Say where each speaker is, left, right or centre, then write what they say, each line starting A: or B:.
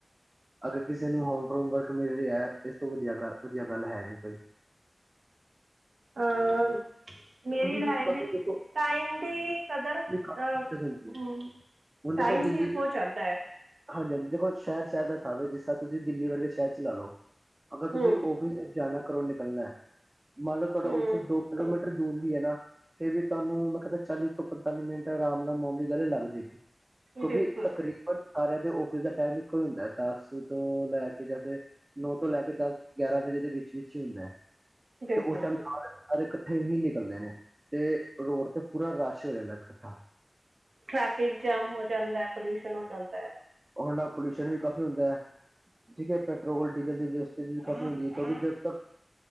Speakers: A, on the right; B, on the right.
A: ਅਗਰ ਕਿਸੇ ਨੂੰ ਹੋਮ ਫੋਰਮ ਵਰਕ ਮਿਲ ਰਿਹਾ ਹੈ ਇਸ ਤੋਂ ਵਧੀਆ ਵਧੀਆ ਗੱਲ ਹੈ। ਨਹੀਂ ਬਈ।
B: ਹਾਂ। ਮੇਰੀ ਲਾਈਫ
A: ਵੀ ਕਾਫੀ
B: ਵਿੱਚ
A: ਦੇਖੋ
B: ਟਾਈਮ ਦੀ ਕਦਰ ਹੋਣੀ
A: ਦੀ ਕਾਫੀ
B: ਅ
A: ਬੱਚਤ ਹੁੰਦੀ ਹੈ
B: ਹੂੰ।
A: ਹੁਣ ਦੇਖੋ
B: ਟਾਈਮ
A: ਦਿੱਲੀ
B: ਸੇਵ ਹੋ ਜਾਂਦਾ ਹੈ।
A: ਹਾਂਜੀ ਹਾਂਜੀ ਦੇਖੋ ਸ਼ਹਿਰ ਸ਼ਹਿਰ ਦਾ ਥਾਵੇ ਹੈ। ਜਿਸ ਤਰ੍ਹਾਂ ਤੁਸੀਂ ਦਿੱਲੀ ਵਰਗੇ ਸ਼ਹਿਰ ਚਲਾ ਲਓ ਅਗਰ ਤੁਸੀਂ
B: ਹੂੰ
A: ਔਫਸ। ਜਾਣਾ ਘਰੋ ਨਿਕਲਣਾ ਮੰਨ ਲਓ ਤੁਹਾਡਾ
B: ਹੂੰ
A: ਉੱਥੇ ਦੋ ਕਿਲੋਮੀਟਰ। ਦੂਰ ਵੀ ਹੈ ਨਾ ਫੇਰ ਵੀ ਤੁਹਾਨੂੰ ਮੈਂ ਕਹਿੰਦਾ ਚਾਲੀ ਤੋਂ ਪੰਤਾਲੀ ਮਿੰਟ ਆਰਾਮ ਨਾਲ ਮਾਮਲੀ ਗੱਲ ਲੱਗ ਜਾਏਗੀ। ਕਿਉਂਕਿ
B: ਬਿਲਕੁਲ
A: ਤਕਰੀਬਨ। ਸਾਰਿਆਂ ਦੇ ਔਫਸ ਦਾ ਟਾਈਮ ਇੱਕੋ ਹੀ ਹੁੰਦਾ ਦਸ ਤੋਂ ਲੈ ਕੇ ਜਾ ਤੇ ਨੋ ਤੋਂ ਲੈ ਕੇ ਦਸ ਗਿਆਰਾਂ ਵਜੇ। ਦੇ ਵਿੱਚ ਵਿੱਚ ਹੀ ਹੁੰਦਾ ਹੈ
B: ਬਿਲਕੁਲ
A: ਤੇ ਉਸ ਟਾਈਮ ਸਾਰੀਆਂ ਦੇ ਇੱਕਠੇ। ਇਕੱਠੇ ਹੀ ਨਿਕਲਦੇ ਨੇ ਤੇ ਰੋਡ ਤੇ ਪੂਰਾ ਰਸ਼ ਹੋ ਜਾਂਦਾ ਹੈ ਇਕੱਠਾ।
B: ਟ੍ਰੈਫਿਕ ਜਾਮ ਹੋ ਜਾਂਦਾ ਹੈ। ਪੋਲਿਊਸ਼ਨ ਹੋ ਜਾਂਦਾ ਹੈ।
A: ਔਰ ਨਾਲ ਪੋਲਿਊਸ਼ਨ ਵੀ ਕਾਫ਼ੀ ਹੁੰਦਾ ਐ। ਠੀਕ ਹੈ ਪੈਟਰੋਲ ਡੀਜ਼ਲ ਦੀ ਵੇਸਟੇਜ ਵੀ ਖ਼ਤਮ ਹੁੰਦੀ ਹੈ ਕਿਉਂਕਿ ਜਦ ਤੱਕ।